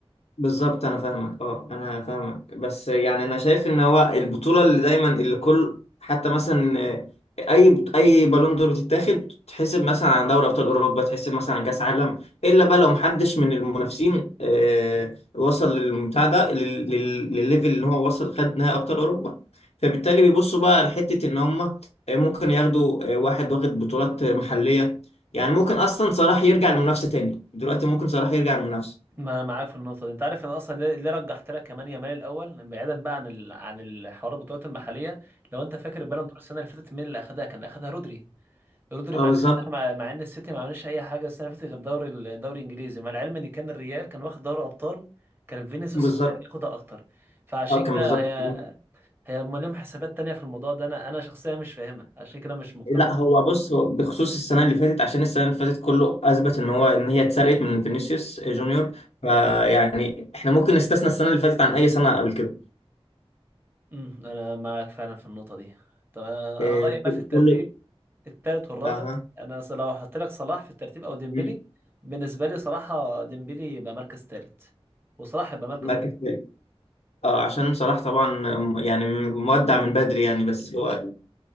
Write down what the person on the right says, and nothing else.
بالظبط.
ما انا معاك في النقطه دي انت عارف انا اصلا ليه ليه رجحت لك كمان يامال الاول بعيدا بقى عن ال... عن الحوار البطولات المحليه لو انت فاكر البالون دور السنه اللي فاتت مين اللي اخدها كان اخدها رودري رودري
مع
خدها مع, مع ان السيتي ما عملش اي حاجه السنه اللي فاتت غير دوري الدوري الانجليزي مع العلم ان كان الريال كان واخد دوري ابطال كان فينيسيوس
يستحق ياخدها اكتر فعشان
كده
هي هي هم لهم حسابات تانية في الموضوع ده انا انا شخصيا مش فاهمها عشان كده مش مقتنع
بيه.
امم انا معاك فعلا في النقطه دي طب انا
أنا رايي بقى في الترتيب
الثالث والرابع
انا ص- لو هحط لك صلاح في الترتيب او ديمبلي
بالنسبه لي صراحه ديمبلي يبقى مركز ثالث وصلاح يبقى مركز